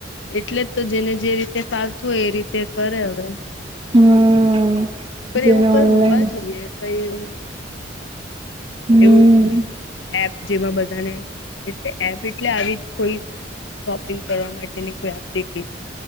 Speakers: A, on the left; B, on the right.
A: એટલે જ, તો જેને જે રીતે ફાવતું હોય, એ રીતે કરે હવે.
B: હમ
A: પણ
B: જેને
A: એવું કઈ
B: ઓનલાઈન
A: હોવા જોઈએ? કંઈ હું
B: હમ
A: એવો કોઈ એપ, જેમાં બધાને એટલે એપ એટલે આવી જ કોઈ શોપિંગ કરવા માટેની કોઈ એપ્લિકેશન.